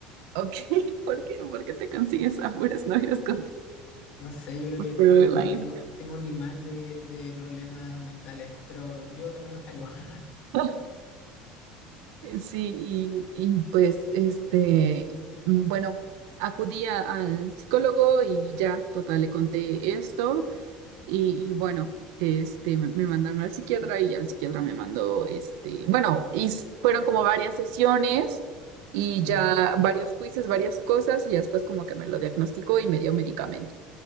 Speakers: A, on the right (about 75°); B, on the left (about 50°).
A: ok, <laughs> ¿por qué, por qué te consigues a puras novias con
B: No sé, yo creo que
A: Caroline?
B: tengo, tengo, tengo un imán de, de problemas mentales, pero yo también los tengo. <laughs>
A: <laughs> Sí, y, y, pues, este, mm, bueno, acudí a- al psicólogo y ya, total, le conté esto. Y, y bueno, este, me me mandaron al psiquiatra y ya el psiquiatra me mandó, este, bueno, y s- fueron como varias sesiones y
B: Ujú.
A: ya varios quizzes, varias cosas y ya después como que me lo diagnosticó y me dio medicamento.